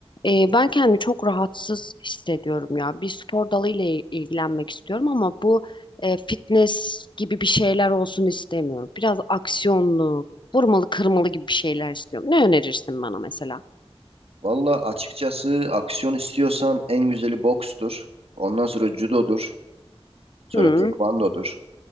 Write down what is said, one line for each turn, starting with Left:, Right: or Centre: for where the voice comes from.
Left: e, ben kendimi çok rahatsız hissediyorum ya. Bir spor dalı ile ilgilenmek istiyorum ama bu e, fitness gibi bir şeyler olsun istemiyorum. Biraz aksiyonlu, vurmalı kırmalı gibi bir şeyler istiyorum. Ne önerirsin bana mesela?
Right: Valla açıkçası aksiyon istiyorsan en güzeli bokstur. Ondan sonra judodur. Sonra
Left: Hı.
Right: tekvandodur.